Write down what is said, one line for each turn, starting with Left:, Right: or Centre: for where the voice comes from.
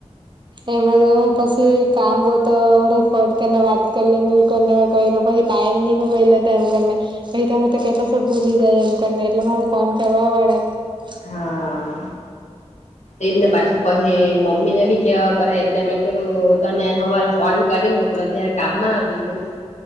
Right: એમાં તો પસી કામ બહુ તોડે પર તને વાત તે લોગ ને એવું કર ને કઈ લોકો હિત ટાઈમ નહી હુહેલે તો એમ કરને પ તો હ તો કેતા ભૂલી જાય એમને એટલે મારે ફોન કરવાડે <unintelligible>
Left: હા એજને પાછું પછી મમ્મીને બી કેવા પર હે એટલે મેં કર્યું તને હવારે ફોન ગાડી મોકલો ત્યારે કામમાં હતી તું.